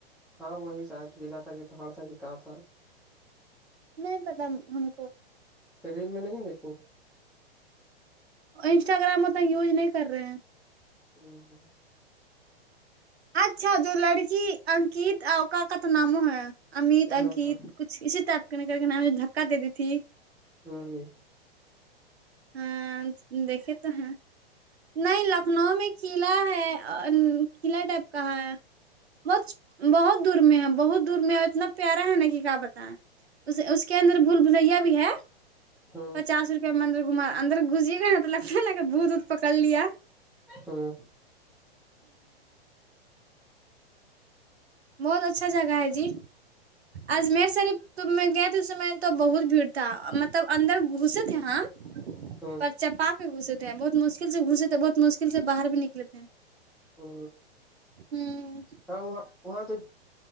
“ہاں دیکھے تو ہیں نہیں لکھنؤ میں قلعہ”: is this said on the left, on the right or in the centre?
Right